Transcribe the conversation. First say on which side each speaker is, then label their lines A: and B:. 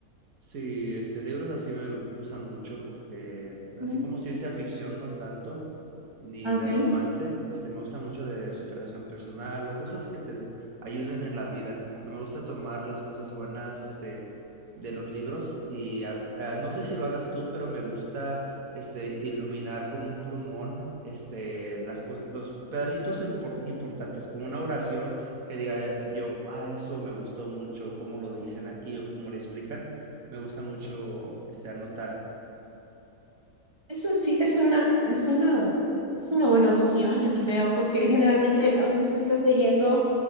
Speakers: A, on the right; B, on the right.
A: Sí, este, libros así me gustan mucho porque, así
B: Mm,
A: como ciencia ficción, no tanto, ni
B: Ok,
A: de romance, este, me gusta mucho de superación personal o cosas que te ayuden en la vida. Como que me gusta tomar las cosas buenas, este, de los libros y a- a- no sé si lo hagas tú, pero me gusta, este, iluminar con un plumón, este, las cos- los pedacitos empor- importantes, como una oración que diga yo, ah, eso me gustó mucho, cómo lo dicen aquí o cómo lo explican me gusta mucho este anotar.
B: eso sí, es una, es una, es una buena opción, yo creo, porque generalmente a veces estás leyendo.